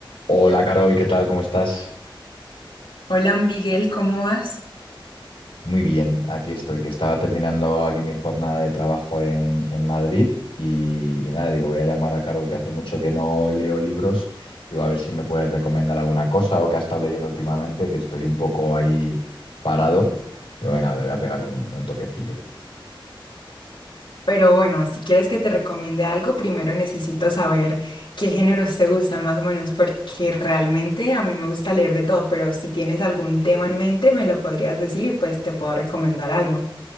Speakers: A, on the left; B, on the left.
A: Hola Carol, ¿qué tal? ¿Cómo estás?
B: Hola Miguel, ¿cómo vas?
A: Muy bien, aquí estoy, que estaba terminando aquí mi jornada de trabajo en, en Madrid y, y nada, digo, voy a llamar a Carol, que hace mucho que no leo libros, digo, a ver si me puedes recomendar alguna cosa o que ha estado leyendo últimamente, que estoy un poco ahí parado. Digo, venga, le voy a pegar un, un toquecillo.
B: Pero bueno, si quieres que te recomiende algo, primero necesito saber qué géneros te gustan más o menos, porque realmente a mí me gusta leer de todo, pero si tienes algún tema en mente, me lo podrías decir y pues te puedo recomendar algo.